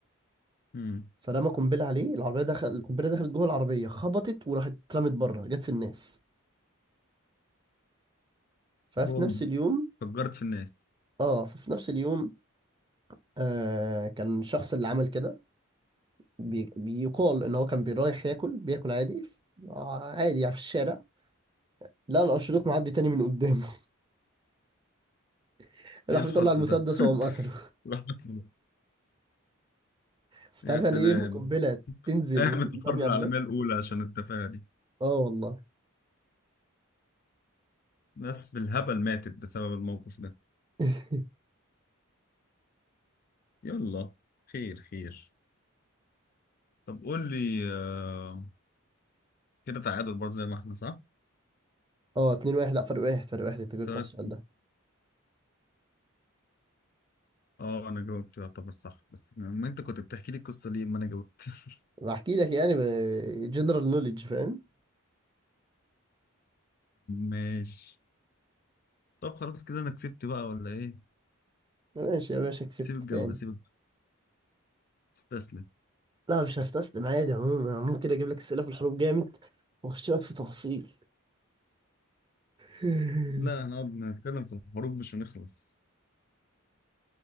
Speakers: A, on the left (about 40°); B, on the right (about 20°).
A: امم
B: فرمى قنبله عليه العربيه دخل القنبله دخلت جوه العربيه خبطت وراحت اترمت بره جت في الناس ففي
A: بوم
B: نفس اليوم
A: فجرت في الناس
B: اه ففي نفس اليوم آه كان الشخص اللي عمل كده بي... بيقال ان هو كان رايح ياكل بياكل عادي آه، عادي يعني في الشارع لقى الارشيدوك معدي تاني من قدامه <laughs> راح
A: ايه الحظ
B: بيطلع المسدس
A: ده <laughs>
B: وقام قتله
A: راح قتله.
B: بس تعرف
A: يا سلام
B: يعني ايه يرمي قنبله تنزل
A: قامت
B: وتنرمي
A: الحرب العالمية
B: على الناس
A: الأولى عشان التفاهة دي
B: اه والله
A: ناس بالهبل ماتت بسبب الموقف ده
B: <laughs>
A: يلا خير خير طب قول لي آه، كده تعادل برضه زي ما احنا صح؟
B: اه 2 1 لا فرق واحد فرق واحد انت جبت
A: سؤالك
B: على السؤال ده
A: اه انا جاوبت يعتبر صح بس ما انت كنت بتحكي لي القصه ليه ما انا جاوبت <laughs>
B: بحكي لك يعني جنرال نوليدج فاهم
A: ماشي طب خلاص كده انا كسبت بقى ولا ايه؟
B: ماشي يا باشا كسبت
A: سيب الجوله
B: تاني
A: سيب الجولة. استسلم
B: لا مش هستسلم عادي عموما ممكن اجيب لك اسئله في الحروب جامد واخش لك في تفاصيل <laughs>
A: لا هنقعد نتكلم في الحروب مش هنخلص